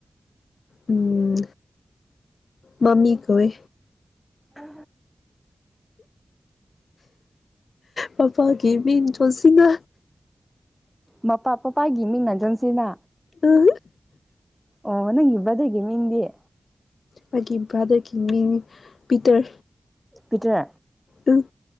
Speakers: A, on the left (about 85°); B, in the centre.
A: ꯎꯝ ꯃꯃꯤ ꯀꯣꯏꯋꯦ
B: ꯑ
A: ꯃꯄꯥꯒꯤ ꯃꯤ ꯆꯣꯟꯁꯤꯅ
B: ꯃꯄꯥ ꯄꯄꯥꯒꯤ ꯃꯤꯡꯅꯟꯖꯟꯁꯤꯅ
A: ꯑꯥ
B: ꯑꯣ ꯅꯪꯒꯤꯕꯗ꯭ꯔꯒꯦ ꯃꯤꯗꯤꯦ
A: ꯃꯥꯒꯤ ꯭ꯔꯗꯔꯀꯤ ꯃꯤ ꯄꯇꯥꯔ
B: ꯄꯤꯇ꯭ꯔꯦ
A: ꯑ